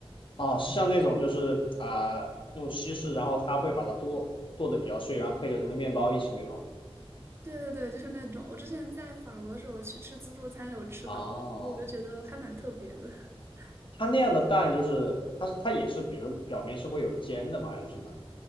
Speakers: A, on the left; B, on the right.
A: 哦，是像那种就是啊、用稀释，然后它会把它剁剁的比较碎，然后配着什么面包一起那种吗
B: 对对对，就是那种。我之前在法国的时候去吃自助餐，有吃到了，
A: 哦，
B: 然后我就觉得还蛮特别的。<laughs>
A: 它那样的蛋就是它是它也是，比如表面是会有煎的吗？还是什么？